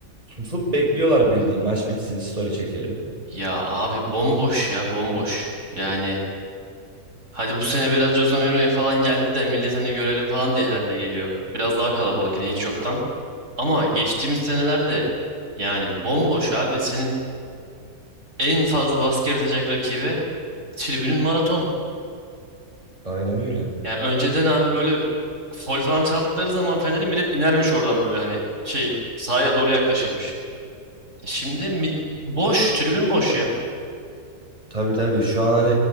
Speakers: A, on the right; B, on the right.
A: susup bekliyorlar bildiğin maç bitsin story çekelim.
B: ya abi bomboş ya bomboş. Yani hadi bu sene biraz Jose Mourinho falan geldi de millet hani görelim falan diye herhalde geliyor. Biraz daha kalabalık yine hiç yoktan. Ama geçtiğimiz senelerde yani bomboş abi. Senin en fazla baskı yaratacak rakibe tribünün maraton.
A: Aynen öyle.
B: Yani önceden abi böyle fol falan çaldıkları zaman Fener'e millet inermiş oradan böyle hani şey sahaya doğru yaklaşırmış. Şimdi mil- boş tribün boş ya.
A: Tabii tabii şu an hani